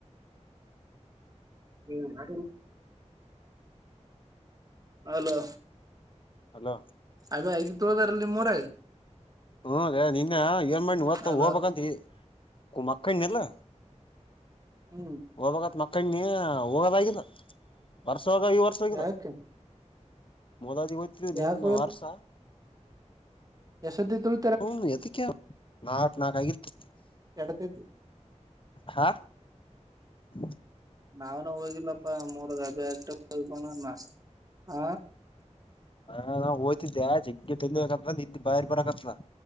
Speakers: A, on the right; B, on the left.
A: ಹ್ಮ್ ಆ ಅಲೋ
B: ಅಲೋ
A: ಅ ಐದು ತೊಳೋದಾರಲ್ಲಿ ಮೂರಾಗ
B: ಹ್ಮ ನಿನ್ನೆ ಏನ್ ಮಾಡಿವತ್ತು
A: ಹಲೋ
B: ಹೋಗ್ಬೇಕಂತ ಕುಮಕ್ಕ ಕಲ್ಲ
A: ಹ್ಮ್
B: ಒ ಬ ಮ ಕಣ್ಣಿ ಹೋಗೋದಾಗಿದ್ದ ವರ್ಷ ಹೋಗ ಈ ವರ್ಷ ಹೋಗಿದ
A: ಯಾಕೆ
B: ಮೊದ ಅದಗತ್ರಿ ದ
A: ಯಾಕೆ
B: ವರ್ಷ
A: ಎಸತ್ತ ತುಳ
B: ಹ್ಮ ಎದಕ್ಕೆ ನಾಕ್ ನಾಕ ಆಗಿತ್ತು
A: ಎಡತೈತಿ
B: ಹಾ ಹ್ಮ
A: ನಾವ್ನು ಹೋಗಿಲ್ಲಪ್ಪ ಮೂರ್ ಗಬೆ ಅಷ್ಟ ಹೋಗಮ್ಮ ಹ
B: ಹಾ ನಾ್ ಹೋಗ್ತಿದ್ದೆ ಯ ಜಿಗ್ಗೆ ತಂದಬೇಕಂತ ನಿ ಬಿ ಬರಾಕತ್ನಾ